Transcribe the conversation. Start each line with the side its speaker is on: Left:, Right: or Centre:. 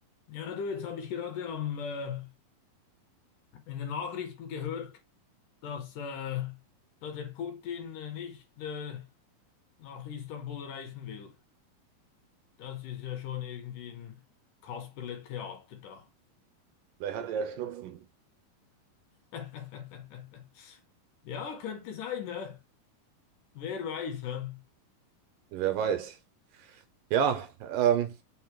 Left: Ja, du, jetzt habe ich gerade am, äh, in den Nachrichten gehört, dass, äh, da der Putin äh, nicht äh, nach Istanbul reisen will. Das ist ja schon irgendwie ein Kasperle-Theater da.
Right: Vielleicht hatte er Schnupfen.
Left: <laughs> Ja, könnte sein, ne? Wer weiß, hä? Ja.
Right: Wer weiß. Ja, ähm,